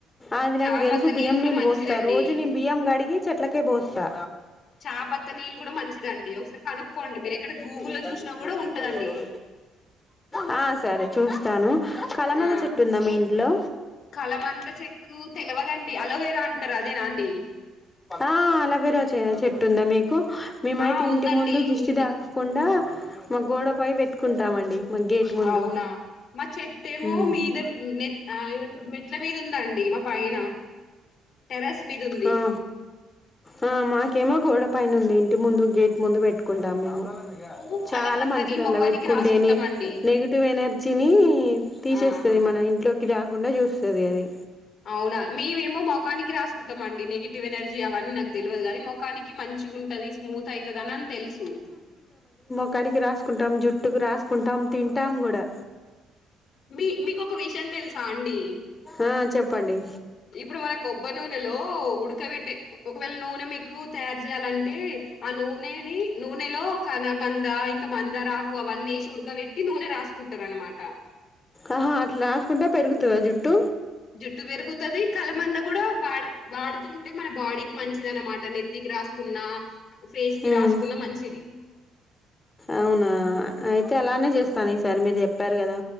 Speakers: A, on the left; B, on the left.
A: అది
B: చాపత్త
A: నాకు తెలుసు బియ్యం
B: గూడా
A: నీళ్ళు
B: మంచిదండి.
A: పోస్తారు రోజు నీను బియ్యం గడిగి చెట్లకే పోస్తా
B: చాపత్త నీళ్ళు గూడా మంచిదండి. ఒకసారి కనుక్కోండి. మీరెక్కడ
A: క్
B: గూగుల్‌లో
A: టెకనిక్
B: జూషినా
A: బట్
B: గూడా ఉంటదండి.
A: సా ఎవర <unintelligible> ఆ సరే చూస్తాను కలమంద
B: ఆ
A: చెట్టు ఉందా మీ ఇంట్లో
B: కలమంద చెట్టు తెలవదండి అలోవేర టరు అదేనా అండి
A: ఆ అలోవెరా చె-చెట్టు ఉందా మీకు మేమైతే
B: ఆ!
A: ఇంటి
B: ఉందండి.
A: ముందు జిష్టి
B: ఉంది.
A: దాకకుండా మా గోడపై పెట్టుకుంటామండి మా గేట్ ముందు
B: అవునా మ చెట్ ఏమో
A: ఉమ్
B: మీద మెట్ ఏమంటరూ మెట్ల మీద ఉందండి మా పైన టెరస్ మీద ఉంది
A: ఆ ఆ మాకేమో గోడ పైన ఉంది ఇంటి ముందు గేట్ ముందు పెట్టుకుంటాం మేము
B: మేము
A: చాలా
B: కలబందని
A: మంచిదల్ల
B: మొఖానికి
A: పెట్టుకుంటేనే
B: రాసుకుంటామండి.
A: నెగిటివ్ ఎనర్జీని తీసే
B: ఆహా
A: స్తది మన ఇంట్లోకి రాకుండా చూస్తది అది
B: అవునా మేమేమో మొకానికి రాసుకుంటాంమండి నెగిటివ్ ఎనర్జీ అవన్నీ నాకు తెలివదు కానీ మఖానికి మంచిగా ఉంటది స్మూత్ అయితది అనని తెలుసు
A: మొఖానికి రాసుకుంటాం జుట్టుకు రాసుకుంటాం తింటాం కూడా
B: మీ మీకు ఒక విషయం తెలుసా అండి
A: ఆ చెప్పండి
B: ఇప్పుడు మన కొబ్బరీ నూనెలో ఉడకబెట్టి ఒకవేళ నూనె మిగ్ తయారు చేయాలంటే ఆ నూనెని నూనెలో కల మంద మందార ఆకు అవన్నీ వేసి ఉడకబెట్టి నూనె రాసుకుంటారు అన్నమాట
A: ఆహా అట్లా రాసుకుంటే పెరుగుతుందా జుట్టు
B: జుట్టు పెరుగుతుది కలమంద కూడా వాడు వాడుతుంటే మన బాడీకి మంచిది అనమాట నెత్తికి రాసుకున్నా ఫేస్ కి
A: ఉమ్,
B: రాసుకున్న మంచిది
A: అవునా అయితే అలానే చేస్తాను ఈసారి మీరు చెప్పారు కదా